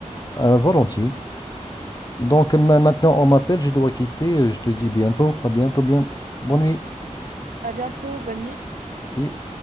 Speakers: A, on the left; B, on the right.
A: euh, volontiers. Donc ma- maintenant, on m'appelle, je dois quitter. euh, Je te dis bientôt, à bientôt, bien, bonne nuit.
B: À bientôt, bonne nuit.
A: Si.